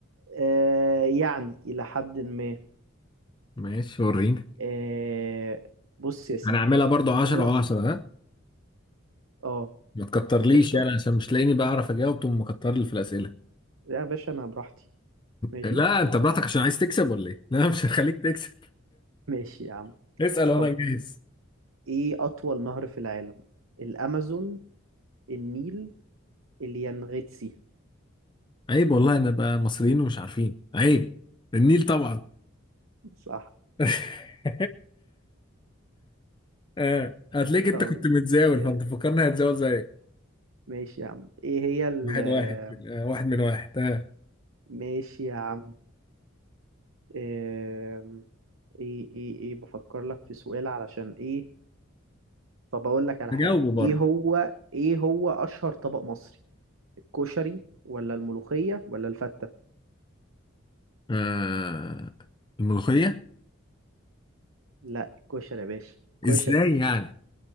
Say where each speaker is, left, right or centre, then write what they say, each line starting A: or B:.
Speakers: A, on the right; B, on the left.
A: آه يعني الى حد ما
B: ماشي وريني
A: آه بص يا سيدي
B: هنعملها برضو 10
A: ايه
B: و10 ها
A: اه
B: ما تكترليش
A: قشطة
B: يعني عشان مش لاقيني بعرف اجاوب تقوم مكتر لي في الاسئلة
A: لا يا باشا انا براحتي ماشي
B: لا انت براحتك عشان عايز تكسب ولا ايه لا مش هخليك تكسب
A: ماشي يا عم
B: <laughs> اسأل وانا
A: طب
B: جاهز
A: ايه اطول نهر في العالم الامازون النيل اليانغيتسي
B: عيب والله انا بقى مصريين ومش عارفين عيب النيل طبعا
A: صح
B: <laughs> اه هتلاقيك انت
A: طيب
B: كنت متزاول
A: آه،
B: فانت فكرني هتزاول زيك
A: ماشي يا عم ايه هي ال
B: واحد
A: آه،
B: واحد كده آه، واحد من واحد آه.
A: ماشي يا عم آم، ايه ايه ايه بفكر لك في سؤال علشان ايه طب اقول لك على
B: هجاوبه
A: حاجة
B: برضه
A: ايه هو ايه هو اشهر طبق مصري الكشري ولا الملوخية ولا الفتة
B: آه الملوخية
A: لا الكشري يا باشا
B: ازاي
A: كشري
B: يعني